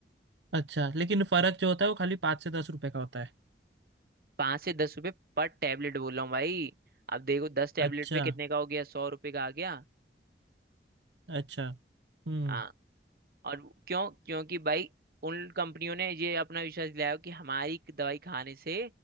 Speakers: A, on the right (about 85°); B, on the right (about 55°).
A: अच्छा लेकिन फर्क जो होता है वो खाली पाँच से दस रुपए का होता है
B: पाँच से दस रुपए पर टेबलेट बोल रहा हूँ भाई अब देखो दस टेबलेट
A: अच्छा
B: पे कितने का हो गया सौ रुपए का आ गया
A: अच्छा हम्म
B: हाँ, और क्यों क्योंकि भाई उन कंपनियों ने ये अपना विश्वास दिलाया कि हमारी दवाई खाने से